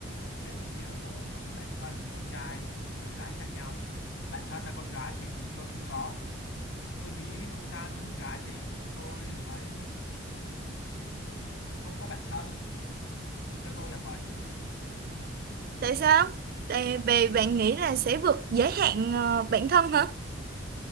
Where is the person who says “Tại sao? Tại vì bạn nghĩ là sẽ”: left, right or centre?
Right